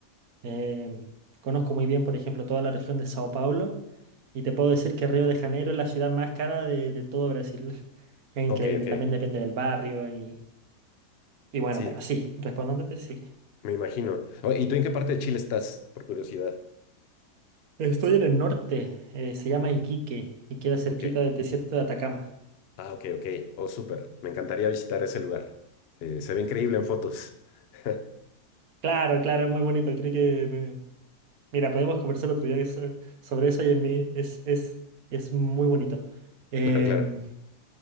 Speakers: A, on the right; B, on the left.
A: Em, conozco muy bien, por ejemplo, toda la región de Sao Paulo y te puedo decir que Río de Janeiro es la ciudad más cara de, de todo Brasil. <laughs> Es increíble,
B: Ok, ok.
A: también depende del barrio y, y bueno,
B: Sí,
A: pero sí, respondiéndote, sí.
B: me imagino. Oh, ¿y tú en qué parte de Chile estás, por curiosidad?
A: Estoy en el norte, eh, se llama Iquique y queda cerquita
B: Ok.
A: del desierto de Atacama.
B: Ah, ok, ok. Oh, súper. Me encantaría visitar ese lugar. Eh, se ve increíble en fotos. <laughs>
A: Claro, claro, es muy bonito, creo que me... Mira, podemos conversar otro día so- sobre eso y en mí es, es, es muy bonito. Em,
B: Claro, claro.